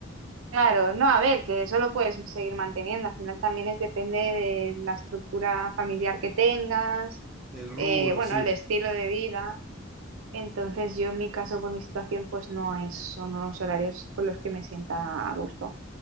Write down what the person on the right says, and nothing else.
Claro, no, a ver, que eso lo puedes seguir manteniendo. Al final también es depende de la estructura familiar que tengas,
eh, bueno,
el estilo de vida. Entonces yo en mi caso, por mi situación, pues no es, son unos horarios con los que me sienta a gusto.